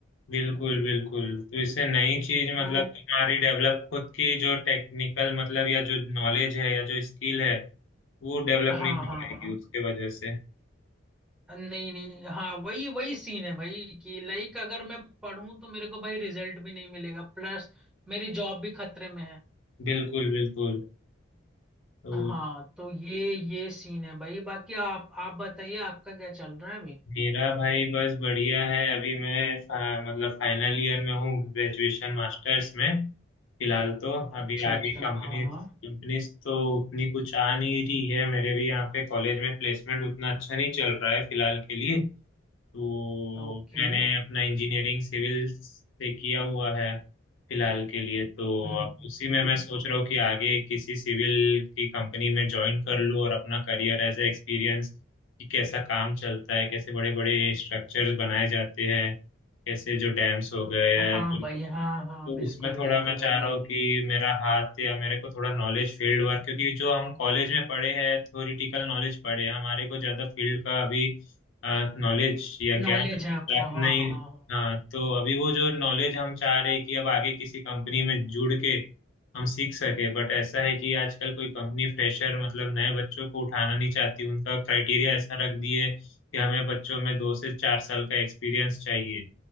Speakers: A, on the left; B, in the centre.
A: बिल्कुल बिल्कुल तो इससे नई चीज मतलब
B: तो
A: तुम्हारी डेवलप खुद की जो टेक्निकल मतलब या जो नॉलेज है या जो स्किल है वो डेवलप
B: हाँ
A: नहीं हो
B: हाँ
A: पाएगी
B: हाँ
A: उसके वजह से
B: नहीं नहीं हाँ वही वही सीन है भाई कि लाइक अगर मैं पढ़ूं तो मेरे को भाई रिजल्ट भी नहीं मिलेगा प्लस मेरी जॉब भी खतरे में है
A: बिल्कुल बिल्कुल तो
B: हाँ तो ये ये सीन है भाई बाकी आप आप बताइए आपका क्या चल रहा है अभी
A: मेरा भाई बस बढ़िया है अभी मैं फा, मतलब फाइनल ईयर में हूँ ग्रेजुएशन मास्टर्स में फिलहाल तो
B: अच्छा
A: अभी आगे
B: अच्छा
A: कंपनीज
B: हाँ हाँ
A: कंपनीज तो उतनी कुछ आ नहीं रही है मेरे भी यहाँ पे कॉलेज में प्लेसमेंट उतना अच्छा नहीं चल रहा है फिलहाल के लिए तो
B: ओके
A: मैंने अपना इंजीनियरिंग सिविल से किया हुआ है फिलहाल के लिए तो
B: हम्म
A: अब उसी में मैं सोच रहा हूँ कि आगे किसी सिविल की कंपनी में ज्वाइन कर लूँ और अपना करियर एज ए एक्सपीरियंस कि कैसा काम चलता है कैसे बड़े बड़े स्ट्रक्चर्स बनाए जाते हैं कैसे जो डैम्स हो गए या
B: हाँ
A: जो
B: भाई हाँ हाँ
A: तो
B: बिल्कुल
A: उसमें थोड़ा
B: बिल्कुल
A: मैं चाह
B: भाई
A: रहा हूँ कि मेरा हाथ या मेरे को थोड़ा नॉलेज फील्ड वर्क क्योंकि जो हम कॉलेज में पढ़े हैं थ्योरिटिकल नॉलेज पढ़े हैं हमारे को ज़्यादा फील्ड का अभी नॉलेज या
B: नॉलेज
A: ज्ञान प्राप्त
B: है आपको हाँ
A: नहीं
B: हाँ हाँ।
A: हाँ तो अभी वो जो नॉलेज हम चाह रहे हैं कि अब आगे किसी कंपनी में जुड़ के हम सीख सके बट ऐसा है कि आजकल कोई कंपनी फ्रेशर मतलब नए बच्चों को उठाना नहीं चाहती उनका क्राइटेरिया ऐसा रख दिए कि हमें बच्चों में दो से चार साल का एक्सपीरियंस चाहिए